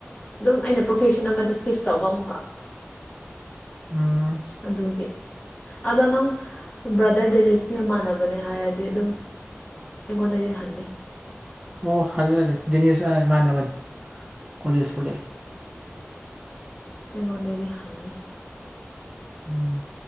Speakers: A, on the left; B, on the right.
A: ꯑꯗꯨꯝ ꯑꯩꯅ ꯄ꯭ꯔꯣꯐꯦꯁꯟ ꯑꯃꯗ ꯁꯤꯐ ꯇꯧꯕ ꯑꯃꯨꯛꯀ
B: ꯎꯝ
A: ꯑꯗꯨꯒꯤ ꯑꯗꯣ ꯅꯪ ꯕ꯭ꯔꯥꯗꯔ ꯗꯦꯅꯤꯁꯀꯤ ꯃꯃꯥꯟꯅꯕꯅꯦ ꯍꯥꯏꯔꯗꯤ ꯑꯗꯨꯝ ꯑꯩꯒꯣꯟꯗꯗꯤ ꯍꯥꯏꯅꯤ
B: ꯑꯣ ꯍꯜꯂꯦ ꯍꯂꯦ ꯅꯤꯁ ꯏꯃꯅꯕꯅꯤ ꯀꯣꯂꯦꯖ ꯄꯨꯂꯦ
A: ꯀꯒꯗꯗꯤꯔꯤ ꯍꯥꯟꯅꯤ
B: ꯎꯝ